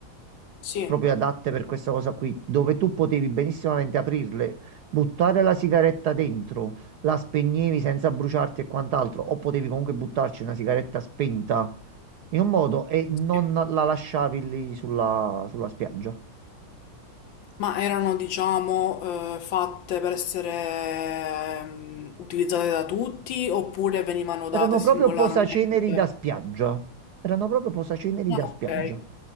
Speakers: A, on the left (about 70°); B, on the right (about 65°).
A: sì,
B: proprio adatte per questa cosa qui, dove tu potevi benissimamente aprirle, buttare la sigaretta dentro, la spegnevi senza bruciarti e quant'altro, o potevi comunque buttarci una sigaretta spenta in un modo e non
A: sì.
B: la lasciavi lì sulla, sulla spiaggia.
A: Ma erano, diciamo, ehm, fatte per essere, ehm, utilizzate da tutti oppure venivano
B: Erano
A: date singolarmente?
B: proprio posaceneri da spiaggia. Erano proprio posaceneri
A: Ah,
B: da spiaggia.
A: okay.